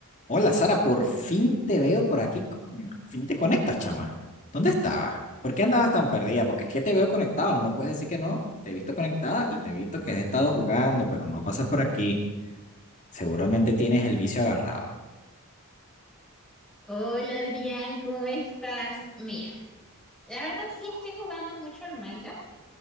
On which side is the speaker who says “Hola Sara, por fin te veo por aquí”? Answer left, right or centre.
Left